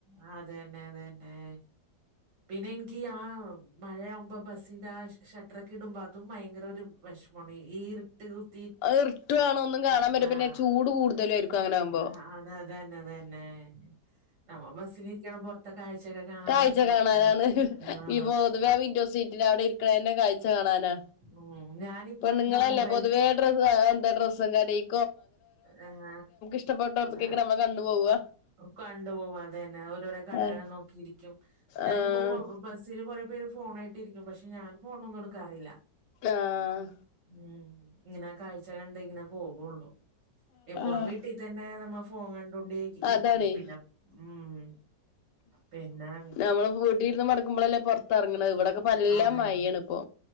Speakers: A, on the right; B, on the left.
A: ആ അതെന്നെ അതെ ന്നെ പിന്നെ ഇൻക്ക് ആ മഴയാവുമ്പോ ബസിന് ഷട്ടട്രൊ ക്കെ ഇടുമ്പോ അതും ഭയങ്കര ഒരു വഷ് മാണ് ഈ ഇർ ട്ട്
B: അ ഇർട്ടു ആണ് ഒന്നും കാണാൻ പറ്റു
A: ആഹ്
B: പിന്നെ ചൂട് കൂടുതലാ യിരിക്കും അങ്ങനവുമ്പോ
A: ആഹ് അതന്നെ അതന്നെ നമ്മ ബസ്സലി രിക്കണപൊർ ഇത്തെ കാഴ്ചൊക്കെ കാണാൻ
B: കാഴ്ച
A: വേണ്ടി
B: കാണാനാണ്
A: ആഹ്
B: ഈ പൊതുവെ വിൻഡോ സീറ്റിൽ അവിടെ ഇരിക്കണന്നെ കാഴ്ച കാണാനാ
A: ഉം ഞാനിപ്പോ
B: പെണ്ണുങ്ങളല്ലേ
A: എന്താ മൊബൈൽ
B: <unintelligible> എന്താ ഡ്രസ്സും കടിം
A: ആഹ
B: ഇഷ്ടപ്പെട്ടോടത്തേക്ക്
A: ആ
B: നമ്മളെ കണ്ണ് പോവ
A: കണ്ടു പോവാ അതന്നെ അരോര കടള്ള്
B: ആഹ്
A: നോക്കിയിരിക്കും ഞാനിപ്പംമൊ
B: ആഹ്
A: ബസ്സിൽ കുറെപേര് ഫോണേ ട്ടിരിക്കും പക്ഷെ ഞാൻ ഫോണൊന്നുടു ക്കാറില്ല.
B: ആഹ്
A: ഉം ഇങ്ങനെ കാഴ്ച കണ്ട് ഇങ്ങനെ പോകുള്ളു. എപ്പോഴും
B: ആഹ്
A: വീട്ടിതന്നെ നമ്മ ഫോൺ കണ്ടോണ്ടെ ഇരിക്കും.
B: അതാണേ
A: പിന്നെ ഉം പിന്നെ
B: നമ്മള് വൂട്ടിയിരുന്ന് മടക്കുമ്പോഴല്ലേ പുറത്ത്റങ്ങണത് ഇവിടെക്ക നല്ല
A: അതന്നെ
B: മയേണ് ഇപ്പൊ